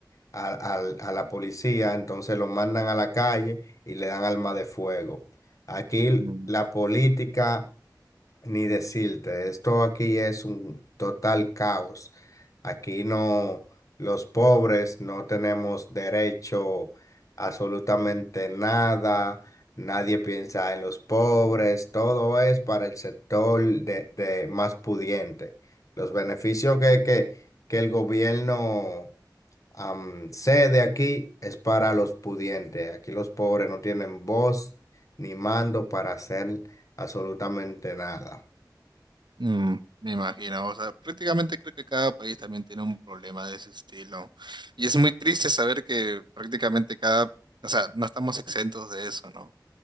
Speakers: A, on the left (about 45°); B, on the right (about 75°).
A: a, al- a la policía, entonces lo mandan a la calle y le dan alma de fuego. Aquí
B: Mm.
A: la política ni decirte, esto aquí es un total caos. Aquí no, los pobres no tenemos derecho a absolutamente nada. Nadie piensa en los pobres. Todo es para el sector de, de más pudiente. Los beneficios que, que, que el gobierno am, cede aquí es para los pudientes. Aquí los pobres no tienen voz ni mando para hacer absolutamente nada.
B: Mm, me imagino, o sea, prácticamente creo que cada país también tiene un problema de ese estilo. Y es muy triste saber que prácticamente cada, o sea, no estamos exentos de eso, ¿no?